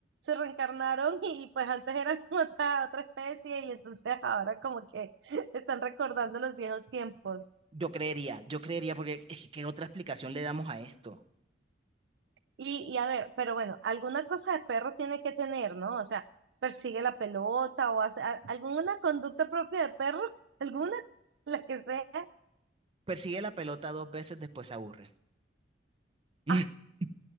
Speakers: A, on the right; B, on the right.
A: Se reencarnaron y, y pues antes eran <laughs> otra, otra especie y entonces ahora como que <laughs> están recordando los viejos tiempos.
B: Yo creería, yo creería, porque es que, ¿qué otra explicación le damos a esto?
A: Y, y a ver, pero bueno, alguna cosa de perro tiene que tener, ¿no? O sea, persigue la pelota o hace a- alguna conducta propia de perro, <laughs> alguna, la que sea.
B: Persigue la pelota dos veces, después se aburre. <laughs>
A: Ah,